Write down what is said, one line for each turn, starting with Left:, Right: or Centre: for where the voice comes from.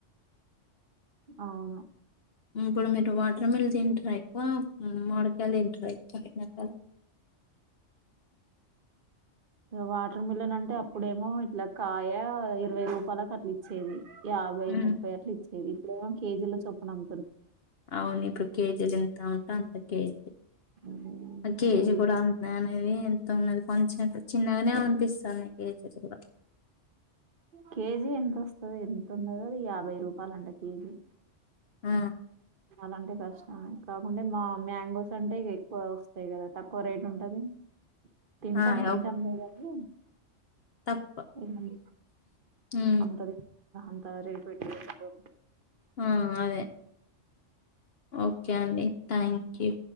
Right: అవును
Left: ఇప్పుడు మీరు వాటర్ మిల్ తింటార ఎక్కువ మ్ మామిడికాయిలు తింటర ఎక్కువ ఎండాకాలం
Right: వాటర్ మిల్లన్ అంటే అప్పుడేమో ఇట్లా కాయ ఇరవై రూపాలకు అట్లా ఇచ్చేది యాభై
Left: హ్మ్
Right: ముప్పై అట్లా ఇచ్చేది ఇప్పుడేమో కేజీల చొప్పున అం
Left: అవును ఇప్పుడు కేజీలు ఎంత ఉంటా అంత కేజీ
Right: హ్మ్.
Left: కేజీ
Right: ఈ
Left: కూడా అంత అనేది ఎంత ఉన్నది కొంచెం చిన్నగానే ఉ పిస్తాంది కేజీలు కూడా
Right: కేజీ ఎంత ఓస్తది ఎంత ఉన్నది అది యాభై రూపాయలు అంట కేజీ
Left: మ్
Right: అలాంటే కష్టం కాకుంటే మా మ్యాంగోస్ అంటే ఇగ ఎక్కువ వస్తాయి కదా తక్కువ రేట్ ఉంటది తింటాం
Left: ఆ
Right: తింటాం
Left: ఓక్
Right: లే కానీ
Left: తక్కువ
Right: ఇగ
Left: హ్మ్
Right: అంత అంత రేట్ పెట్టి కొనుక్కో
Left: ఆ అదే ఓకే అండి థ్యాంక్ యూ